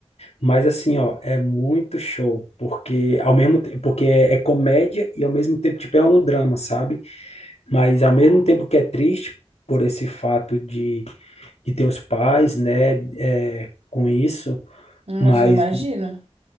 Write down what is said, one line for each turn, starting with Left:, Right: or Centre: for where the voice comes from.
Left: Mas assim, ó, é muito show, porque ao mesmo tempo, porque é, é comédia e ao mesmo tempo tipo é um drama, sabe? Mas ao mesmo tempo que é triste por esse fato de, de ter os pais, né, é, com isso,
Right: <laughs> Nossa,
Left: mas,
Right: eu imagino.